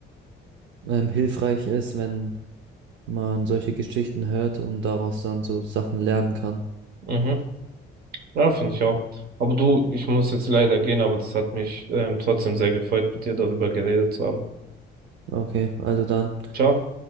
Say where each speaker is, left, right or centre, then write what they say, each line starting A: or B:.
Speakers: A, on the right (about 75°); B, on the right (about 50°).
A: ähm, hilfreich ist, wenn man solche Geschichten hört und daraus dann so Sachen lernen kann.
B: Mhm. Ja, finde ich auch. Aber du, ich muss jetzt leider gehen, aber das hat mich ähm, trotzdem sehr gefreut, mit dir darüber geredet zu haben.
A: Okay, also dann.
B: Ciao.